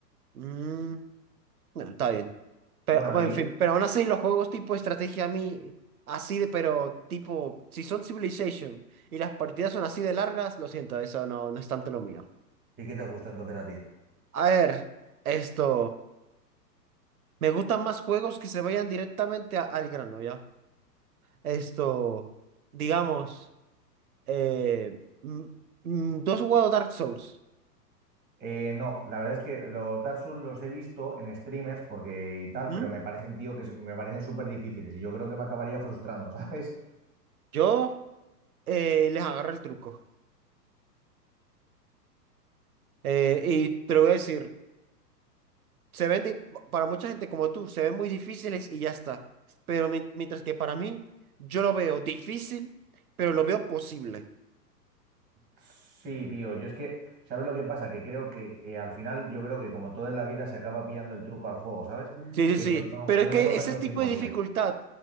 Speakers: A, on the right; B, on the right.
A: Mm, bueno, está bien. Pero,
B: Bueno,
A: bueno,
B: ¿y,
A: en fin, pero aún así los juegos tipo estrategia a mí, así de, pero tipo, si son Civilization y las partidas son así de largas, lo siento, eso no, no es tanto lo mío.
B: ¿y qué te gusta entonces a ti?
A: A ver, esto. Me gustan más juegos que se vayan directamente a- al grano, ya. Esto, digamos, eh, mm, mm, tú has jugado Dark Souls.
B: Eh, no, la verdad es que los Dark Souls los he visto en streamers porque y tal,
A: Ujú.
B: pero me parecen, tío, que se- me parecen súper difíciles y yo creo que me acabaría frustrando, <laughs> ¿sabes?
A: Yo eh, les agarro el truco. Eh, y te lo voy a decir, se ven, di- para mucha gente como tú, se ven muy difíciles y ya está. Pero mien- mientras que para mí, yo lo veo difícil, pero lo veo posible.
B: Sí, tío, yo es que, ¿sabes lo que pasa? Que creo que eh, al final, yo creo que como todo en la vida se acaba pillando el truco al juego, ¿sabes?
A: Sí,
B: Pero
A: sí, sí.
B: no,
A: Pero
B: no
A: es que
B: tengo tanto
A: ese tipo
B: tiempo,
A: de dificultad,
B: tío.